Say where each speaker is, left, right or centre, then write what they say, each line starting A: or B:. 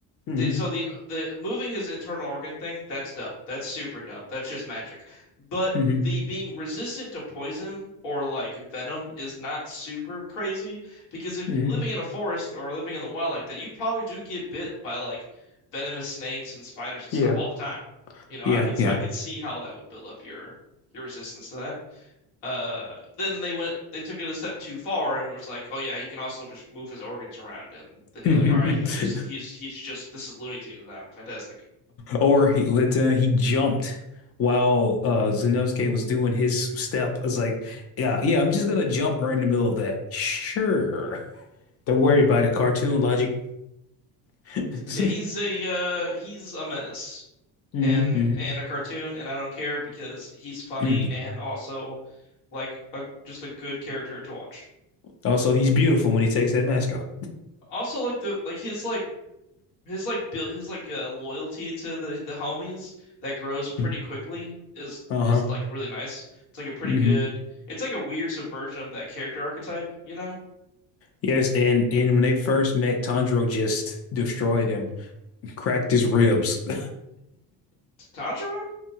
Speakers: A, on the left; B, on the left.
A: hmm
B: The, so the the moving his internal organ thing, that's dumb. That's super dumb. That's just magic. But
A: hmm
B: the being resistant to poison or like venom is not super crazy because if
A: hmm
B: living in a forest or living in the wild like that, you probably do get bit by like venomous snakes and spiders and
A: Yeah.
B: stuff all the time. You know,
A: Yeah,
B: I could
A: yeah.
B: I could see how that would build up your your resistance to that. Uh, then they went, they took it a step too far and was like, oh yeah, he can also just move his organs around. And then you're
A: <laughs>
B: like, all right, he's just, he's, he's just, this is Looney Tunes now. Fantastic.
A: Or he let uh, he jumped while uh Zenosuke was doing his step. It's like, yeah, yeah, I'm just gonna jump right in the middle of that. Sure. Don't worry about it, cartoon logic. <laughs>
B: Yeah, he's a, uh, he's a menace
A: hmm
B: and, and a cartoon. And I don't care because he's funny
A: hmm
B: and also like a, just a good character to watch.
A: Also, he's beautiful when he takes that mask off.
B: Also, like the, like his, like, His like build, his like uh, loyalty to the the homies that grows pretty
A: Mm.
B: quickly is
A: Uh-huh.
B: is like really nice. It's like a pretty
A: hmm
B: good. It's like a weird subversion of that character archetype, you know?
A: Yes, and and when they first met, Tanjiro just destroyed him, cracked his ribs. <laughs>
B: Tanjiro?